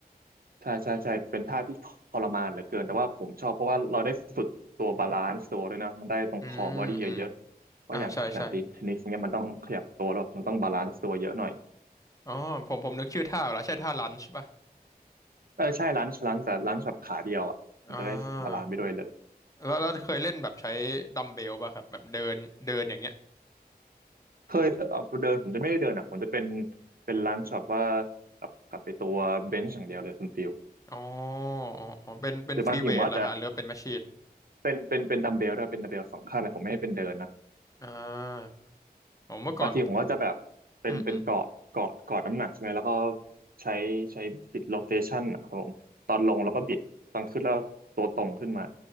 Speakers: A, on the right; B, on the left.
A: ใช่ใช่ใช่เป็นท่าที่ทรมานเหลือเกินแต่ว่าผมชอบเพราะว่าเราได้ฝึกตัวบาลานซ์ตัวด้วยนะมันได้ตรงคอบอดี้เยอะๆเพราะอย่างออกแบบตีเทนนิสเนี่ยมันต้องขยับตัวแล้วมันต้องบาลานซ์ตัวเยอะหน่อย
B: อืมอืมอ่าใช่ใช่อ๋อผมผมนึกชื่อท่าออกแล้วใช่ท่าลันช์ป่ะ
A: เออใช่ร้านร้านแต่ร้านสับขาเดียวอ่ะมันจะได้บาลานซ์ไปด้วยเลย
B: อ่าแล้วแล้วเคยเล่นแบบใช้ดัมเบลป่ะครับแบบเดินเดินอย่างเงี้ย
A: เคยเคยเอาเดินผมจะไม่ได้เดินอ่ะผมจะเป็นเป็นร้านสับว่ากับกับไปตัวเบนช์อย่างเดียวเลยคุณฟิล
B: อ๋ออ๋ออ๋อ เป็น เป็นฟรีเวทเหรอฮะหรือว่าเป็นแมชชีน
A: หรือบางทีผมก็อาจจะเป็นเป็นเป็นดัมเบลด้วยเป็นดัมเบลสองข้างนะผมไม่ได้เป็นเดินนะ
B: อ่าผมเมื่อก่อนผม
A: บางทีผมก็จะแบบเป็นเป็นเกาะเกาะเกาะน้ำหนักใช่ไหมแล้วก็
B: อืมอืม
A: ใช้ใช้บิดโรเทชันครับผมตอนลงแล้วก็บิดตอนขึ้นแล้วตัวตรงขึ้นมา